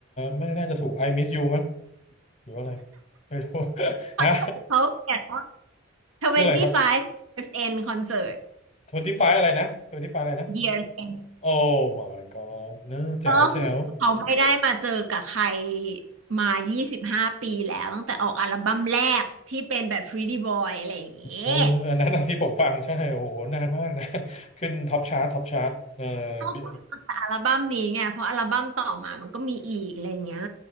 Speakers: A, on the left; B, on the right.
A: ไม่น่าจะถูก I Miss You มั้งหรือว่าอะไรไม่รู้ <laughs>
B: คอนเสิร์ตเขาเขียน
A: ฮะชื่ออะไรครับ
B: ว่า25 years end concert
A: ทเวนตี้ไฟอะไรนะทเวนตี้ไฟอะไรนะ
B: years end
A: โอ้ my god เนอะแจ๋วแจ๋ว
B: ก็คือเขาไม่ได้มาเจอกับใครมา25ปีแล้วตั้งแต่ออกอัลบั้มแรกที่เป็นแบบ Pretty Boy อะไรอย่างเงี้ย
A: เอออันนั้นอะที่ผมฟังใช่โอ้โหนานมากนะ <laughs> ขึ้นท็อปชาร์ตท็อปชาร์ตเออ
B: เขาคุกมาจากอัลบั้มนี้ไงเพราะอัลบั้มต่อมามันก็มีอีกอะไรอย่างเงี้ย
A: บิ